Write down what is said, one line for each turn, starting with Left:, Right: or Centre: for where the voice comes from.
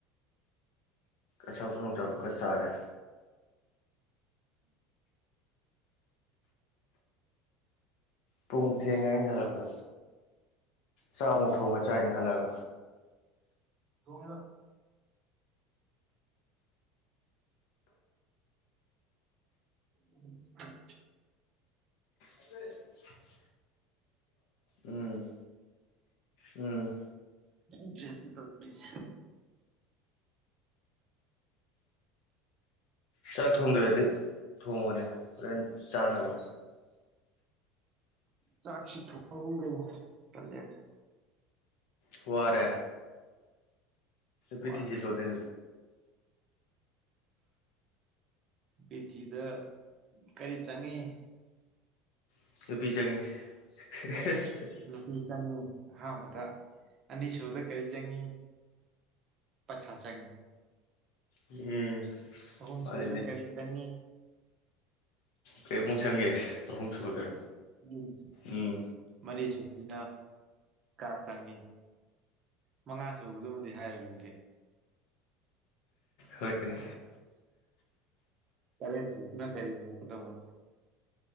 Left: ꯑꯆꯥꯥꯄꫭꯠ ꯅꯨꯗ꯭ꯔꯕꫭ ꯈꯔ ꯆꯥꯔꯦ ꯄꯨꯡ ꯊꯦꯡꯉꯦ ꯑꯩꯅ ꯍꯜꯂꯛꯄ ꯆꯥꯃꯨꯛ ꯊꯣꯡꯉ ꯆꯥꯏꯅ ꯍꯜꯂꯒ
Right: ꯇꯨꯡ <unintelligible> <unintelligible>
Left: <unintelligible> ꯎꯝ ꯎꯝ
Right: ꯌꯡ ꯇꯔꯦꯗ ꯇꯧꯔꯤꯁꯦ
Left: ꯆꯥꯛ ꯊꯣꯡꯗ꯭ꯔꯗꯤ ꯊꯣꯡꯉꯅꯦ ꯍꯣꯔꯦꯟ ꯆꯥꯅꯕ
Right: ꯆꯁꯤꯤ ꯊꯒꯒꯦ ꯇꯂꯦꯗ
Left: ꯐꯨꯍꯔꯦ ꯄꯤꯊꯤꯁꯤꯖꯤꯂꯣꯅꯦ
Right: ꯋꯥꯔꯦ ꯕꯤꯊꯤꯗ ꯀꯔꯤ ꯆꯪꯉꯤ
Left: ꯅꯨꯄꯤꯆꯪꯑ ꯍꯦ ꯍꯦ
Right: ꯅꯨꯄꯤ ꯆꯪꯉꯤ ꯑꯍꯥꯟꯕꯗ ꯑꯅꯤꯁꯨꯕꯗ ꯀꯔꯤ ꯆꯪꯉꯤ ꯄꯩꯁ ꯆꯪꯏ
Left: ꯎꯝ
Right: ꯑ
Left: ꯃꯥꯅꯤꯅꯦ
Right: ꯁꯤꯨꯗ ꯀꯔꯤ ꯆꯅꯤ
Left: ꯀꯔꯤꯃꯨꯛ ꯆꯪꯒꯦ ꯑꯍꯨꯝ ꯁꯨꯕꯗ
Right: ꯎꯝ
Left: ꯎꯝ
Right: ꯃꯔꯤ ꯆꯨꯝꯕꯤꯅ ꯀꯥ ꯆꯪꯉꯤ ꯃꯉꯥ ꯁꯨꯕꯗꯨꯃꯗꯤ ꯍꯥꯏꯔꯒꯨꯝꯒꯦ
Left: ꯍꯣꯏ
Right: ꯄꯥꯏꯔꯛꯇꯔꯤꯗꯨꯅ ꯀ꯭ꯔꯤ ꯑꫭꯏꯔꯛꯀꯗꯧꯕ